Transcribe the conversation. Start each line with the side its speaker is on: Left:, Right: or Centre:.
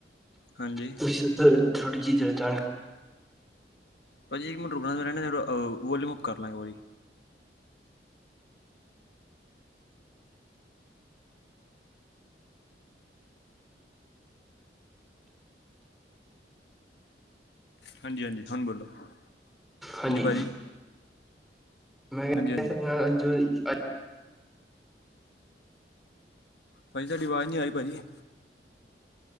Left: ਹਾਂਜੀ
Centre: ਤੁ ਥੋੜ੍ਹੀ ਜੀ ਜਾਣਕਾਰੀ।
Left: ਭਾਜੀ ਇੱਕ ਮਿੰਟ ਰੁਕਣਾ ਜਰਾ ਨ ਵੋਲੀਅਮ ਓਕੇ ਕਰ ਲਾਂ ਇਕ ਵਾਰੀ। ਹਾਂਜੀ-ਹਾਂਜੀ ਹੁਣ ਬੋਲੋ, ਹਾਂਜੀ
Centre: ਹਾਂਜੀ
Left: ਭਾਜੀ।
Centre: <unintelligible>
Left: ਹਾਂਜੀ ਹਾਂਜੀ ਭਾਜੀ ਤੁਹਾਡੀ ਆਵਾਜ਼ ਨਹੀਂ ਆ ਰਰੀ ਭਾਜੀ।